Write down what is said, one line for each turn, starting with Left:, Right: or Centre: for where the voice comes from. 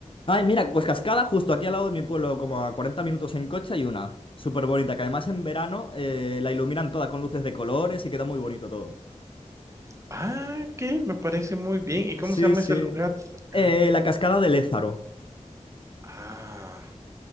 Left: Ay, mira, pues Cascada, justo aquí al lado de mi pueblo, como a 40 minutos en coche, hay una. Súper bonita, que además en verano eh, la iluminan toda con luces de colores y queda muy bonito todo.
Right: Ah, que me parece muy bien. ¿Y cómo
Left: Sí,
Right: se llama
Left: sí.
Right: ese lugar?
Left: Eh,
Right: Ah, ok.
Left: la cascada de Lézaro.
Right: Ah,